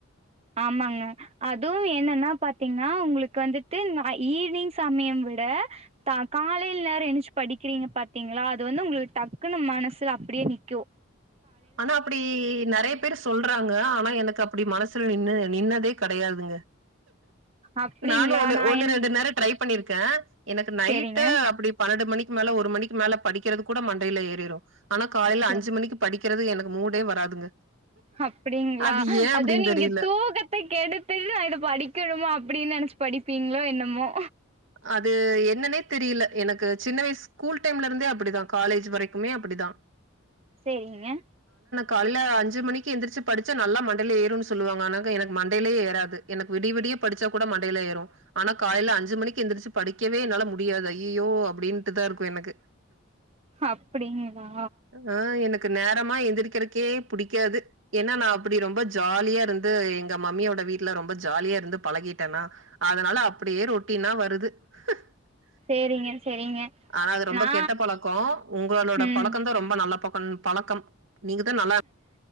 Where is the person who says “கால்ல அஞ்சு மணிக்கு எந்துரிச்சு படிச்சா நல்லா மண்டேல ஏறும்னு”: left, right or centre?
Right